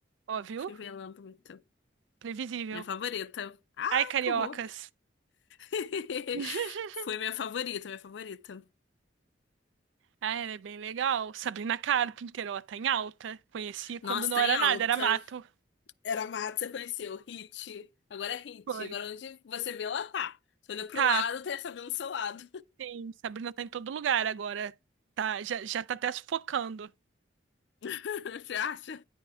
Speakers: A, on the right; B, on the left.
A: Ó, viu?
B: Fui velando, Mita.
A: Previsível.
B: Minha favorita. Ai,
A: Ai, cariocas.
B: que horror. <laughs>
A: <laughs>
B: Foi minha favorita, minha favorita.
A: Ah, ela é bem legal. Sabrina Carpenter, ó, tá em alta. Conheci quando
B: Nossa,
A: não
B: tá
A: era
B: em alta.
A: nada, era mato.
B: Era mato, você conheceu. Hit. Agora é hit.
A: Foi.
B: Agora onde você vê, ela tá. Você olha pro
A: Tá,
B: lado, tem essa vendo do seu lado.
A: sim. Sabrina tá em todo lugar agora. Tá, já, já tá até sufocando,
B: <laughs> Você acha?